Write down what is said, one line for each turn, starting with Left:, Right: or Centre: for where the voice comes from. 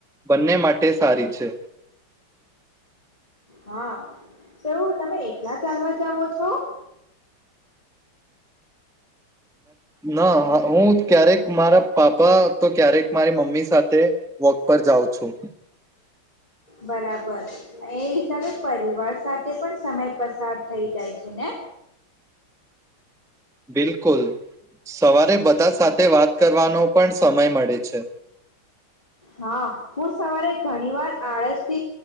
Centre: બંને માટે સારી છે.
Left: હા તોવું તમે એક ના ચાલવા જાવો તો <inaudible>
Centre: ના હું ક્યારેક મારા પાપા તો ક્યારેક મારી મમ્મી સાથે વોક પર જાઉં છું.
Left: બરાબર. એ હિસાબે પરિવાર સાથે પણ સમય પસાર થઈ જાય છે ને?
Centre: બિલકુલ. સવારે બધા સાથે વાત કરવાનો પણ સમય મળે છે.
Left: હા, હું સવારે ઘણી વાર આળસથી